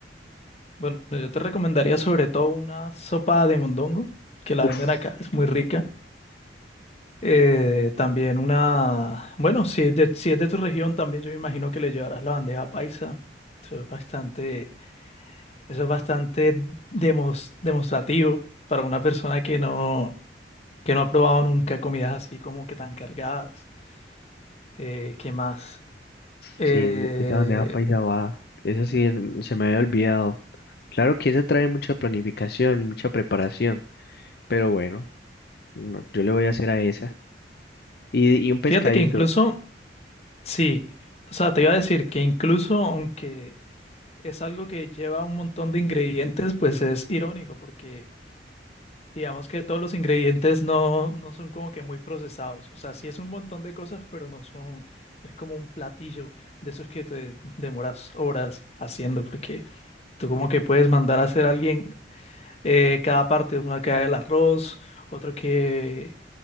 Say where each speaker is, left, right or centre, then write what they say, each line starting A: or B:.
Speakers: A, on the left; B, on the left.
A: Bueno, yo te recomendaría sobre todo una sopa de mondongo, que la
B: Uf.
A: venden acá, es muy rica. Eh, también una, bueno, si es de, si es de tu región, también yo me imagino que le llevarás la bandeja paisa. Eso es bastante Eso es bastante demos- demostrativo para una persona que no, que no ha probado nunca comidas así como que tan cargadas. Eh, ¿qué más? Eh,
B: Sí, de- esa bandeja paisa va. Eso sí en- se me había olvidado. Claro que esa trae mucha planificación y mucha preparación, pero bueno, no, yo le voy a hacer a esa. Y, y un pescadito.
A: fíjate que incluso, sí, o sea, te iba a decir que incluso aunque es algo que lleva un montón de ingredientes, pues es irónico porque Digamos que todos los ingredientes no, no son como que muy procesados. O sea, sí es un montón de cosas, pero no son, no es como un platillo de esos que te demoras horas haciendo, porque tú como que puedes mandar a hacer a alguien eh, cada parte, uno que haga el arroz, otro que,